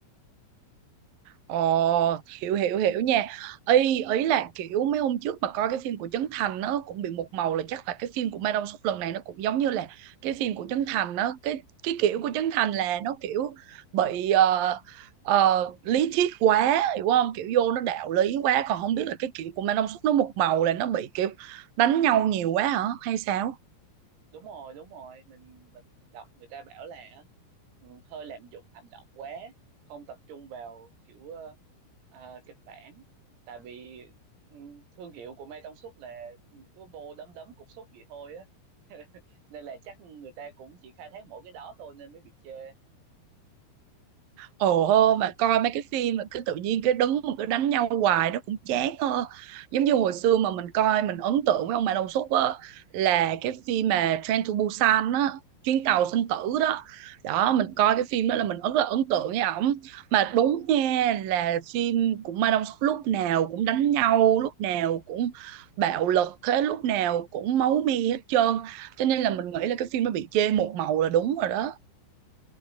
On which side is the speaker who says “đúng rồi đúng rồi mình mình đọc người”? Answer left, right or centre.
Right